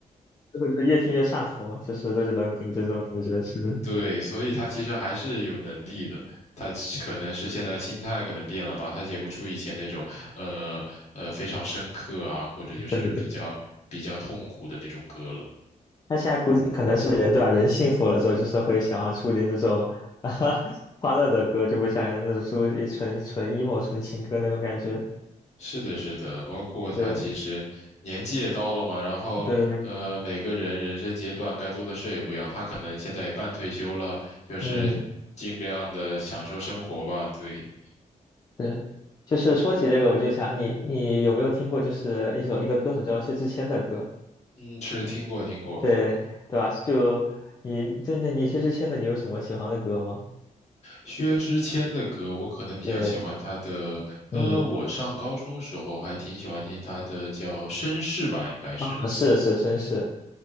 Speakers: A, on the left; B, on the left.
A: 这个就是越听越上头嘛，就是周杰伦给我这种感觉是，
B: 对，所以他其实还是有能力的，他其可能是现在心态可能变了吧，他写不出以前那种呃呃非常深刻啊，或者就是比较比较痛苦的那种歌了。
A: <laughs> 这个对。他现在估计可能是人对吧？人幸福了之后，就是会想要出点这种 <laughs> 欢乐的歌，就不像那种出一纯纯 emo 纯情歌那种感觉。
B: 是的，是的，包括他其实年纪也到了嘛，
A: 是，
B: 然后呃每个人人生阶段该做的事也不一样，
A: 对，
B: 他可能现在也半退休了，就是尽量的享受生活吧。
A: 嗯。
B: 对，
A: 对，就是说起这个，我就想你，你有没有听过，就是一首一个歌手叫薛之谦的歌，
B: 嗯，是听过听过。
A: 对对吧？就你针对那你薛之谦的，你有什么喜欢的歌吗？
B: 薛之谦的歌，我可能比较喜欢他的，
A: 对，嗯，
B: 呃，我上高中时候还挺喜欢听他的叫绅士吧，应该是。
A: 啊是是绅士，